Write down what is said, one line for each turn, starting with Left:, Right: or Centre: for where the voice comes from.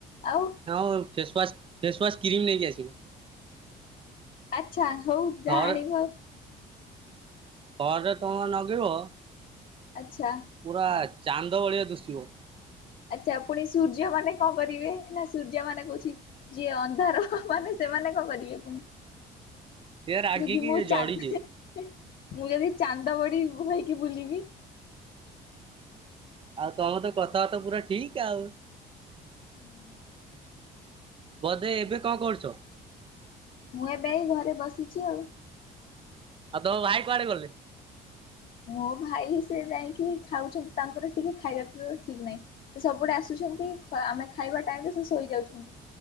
Left: ଆଉ?
Right: ହଁ ମୁଁ ଫେସୱାସ୍ ଫେସୱାସ୍ କ୍ରିମ ନେଇକି ଆସିଵି।
Left: ଅଚ୍ଛା ହଉ ଯାହା
Right: ଥରେ
Left: ଆଣିବୁ ଆଉ।
Right: ପରେ ତୁମେ ନଗିବ?
Left: ଆଚ୍ଛା।
Right: ପୁରା ଚାନ୍ଦ ଭଳିଆ ଦୁଶିବ।
Left: ଆଚ୍ଛା ପୁଣି ସୂର୍ଯ୍ୟ ମାନେ କଣ କରିବେ ନା ସୂର୍ଯ୍ୟ ମାନେ କହୁଛି ଯିଏ ଅନ୍ଧାର ମାନେ ସେମାନେ କଣ କରିବେ ପୁଣି
Right: ସେ ରାଗିକି
Left: ଯଦି ମୁଁ ଚା
Right: ଜଳିଯିବେ
Left: ମୁଁ ଜଣେ ଚାନ୍ଦ ମଣି ମୁହଁ ହୋଇକି ବୁଲିବି।
Right: ଆଉ ତମର ତ କଥାବାର୍ତ୍ତା ପୁରା ଠିକ୍ ଆଉ।
Left: ହୁଁ
Right: ବୋଧେ ଏବେ କଣ କରୁଚ?
Left: ମୁଁ ଏବେ ଘରେ ବସିଛି ଆଉ।
Right: ଆଉ ତୋ ଭାଇ କୁଆଡେ ଗଲେ?
Left: ମୋ ଭାଇ ସେ ଯାଇକି ଖାଉଛନ୍ତି ତାଙ୍କର ଟିକେ ଖାଇବା ପିଇବା ଠିକ ନାହିଁ। ସେ ସବୁବେଳେ ଆସୁଛନ୍ତି ଆମେ ଖାଇବା ଟାଇମ ରେ ସେ ଶୋଇଯାଉଛନ୍ତି